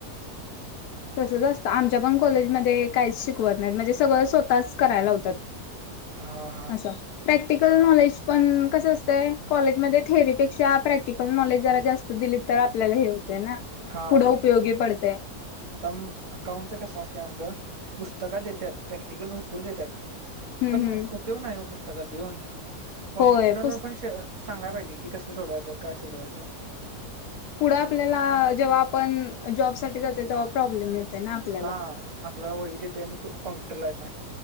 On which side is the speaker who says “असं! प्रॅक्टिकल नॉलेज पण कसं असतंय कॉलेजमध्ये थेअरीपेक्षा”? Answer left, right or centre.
Left